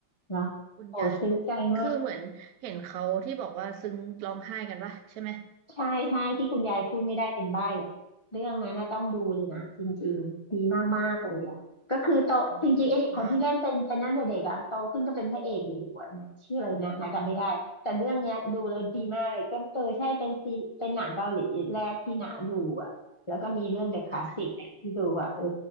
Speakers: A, on the left (about 35°); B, on the right (about 65°).
A: เหรอโอ้ซึ้งใจมาก
B: คุณยายผมคือเหมือนเห็นเขาที่บอกว่าซึ้งร้องไห้กันปะใช่ไหม
A: ใช่ใช่ที่คุณยายพูดไม่ได้เป็นใบ้อะเรื่องนั้นนะต้องดูเลยนะจริงๆดีมากๆเลยอ่ะก็คือโตจริงๆไอเด็กคนที่เล่นเป็นเป็นนั่นแต่เด็กอ่ะโตขึ้นก็เป็นพระเอกอยู่อะนะชื่ออะไรนะนะจำไม่ได้แต่เรื่องเนี้ยดูแล้วดีมากเลยก็เออใช่เป็นซีเป็นหนังเกาหลีแรกที่หนาดูอ่ะแล้วก็มีเรื่อง
B: อ๋อ
A: The Classic
B: ค่ะ
A: เนี่ยที่ดูอ่ะเออ